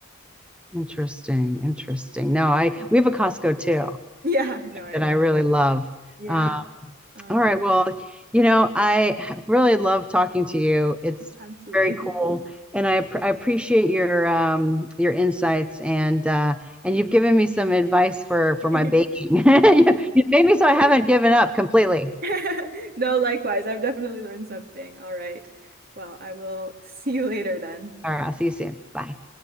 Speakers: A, in the centre; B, on the right.
A: interesting, interesting. No, I we have a Costco too.
B: Yeah, no, I
A: that
B: imagine.
A: I really love.
B: Yeah,
A: Um,
B: uh,
A: all right. Well, you know, I really love talking to you. It's
B: absolutely.
A: very cool, and I, I appreciate your um, your insights and uh, and you've given me some advice for for
B: <laughs>
A: my baking. <laughs> you made me so I haven't given up completely.
B: <laughs> No, likewise. I've definitely learned something. All right. Well, I will see you later then.
A: All right. I'll see you soon. Bye.